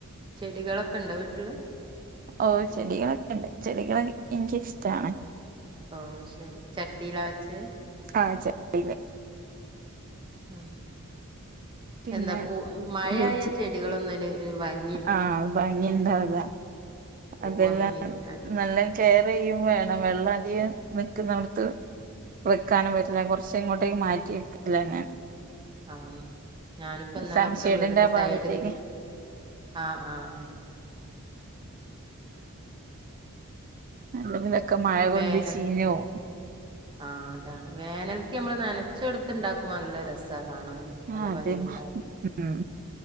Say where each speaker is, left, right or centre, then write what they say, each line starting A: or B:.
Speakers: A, on the right (about 20°); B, on the right (about 40°).
A: ചെടികളൊക്കെണ്ടോ വീട്ടില്
B: ഓഹ് ചെടികളൊക്കെണ്ട്. ചെടികളൊക്കെ എൻക്കിഷ്ടാണ്
A: ഓ ശെരി ചട്ടീലാ വെച്ചേ
B: ആഹ് ചട്ടീല്
A: ഉ
B: പിന്നെ
A: എന്താ പു മഴായ
B: വെജി
A: ചെടികളൊന്ന്ന് വാങ്ങി
B: ആഹ് ഭംഗിണ്ടാവുല,
A: പൂവൊന്നും
B: അതെല്ലാം
A: വിരിഞ്ഞാൽ
B: നല്ല- കെയറെയ്യും വേണം വെള്ളധികം നിക്കുന്നോട്ത്ത് വെക്കാനും പറ്റില്ല, കൊർച്ചെങ്ങോട്ടേങ്കു മാറ്റി വെക്കല ഞാൻ
A: ആഹ് ഞാനുപ്പന്നാലൊക്കെ
B: സൺഷെയ്ഡിന്റെ
A: വീടിന്
B: ആ
A: സൈഡ്ക്ക്
B: ഭാഗത്തേക്ക്
A: ആഹ് ആഹ് ആഹ്
B: അല്ലെങ്കിലൊക്കെ മഴകൊണ്ട്
A: വേനൽ
B: ചീഞ്ഞോവും
A: ആഹ് അതാണ്. വേനൽക്ക് നമ്മള് നനച്ചൊട്ത്ത്ണ്ടാക്കുമ്പോ നല്ല രസാ കാണാന് നല്ല
B: ആഹ് അതെ
A: ഭംഗിണ്ടാവും.
B: ഉം